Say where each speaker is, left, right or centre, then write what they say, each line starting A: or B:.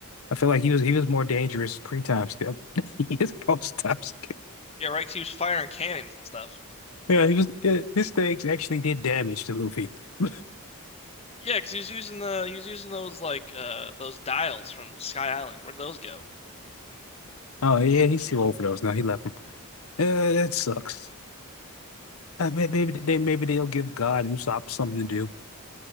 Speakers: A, on the left; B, on the left.
A: I feel like he was he was more dangerous pre-time skip. <laughs> He is post-time skip.
B: Yeah, right. 'cause he was firing cannons and stuff.
A: Yeah, he was. Yeah, his stakes actually did damage to Luffy. <laughs>
B: Yeah, because he was using the he was using those like uh those dials from Sky Island. Where did those go?
A: Oh yeah, he's too old for those now. He left him. Uh, that sucks. Uh, may- maybe they maybe they'll give God Usopp something to do.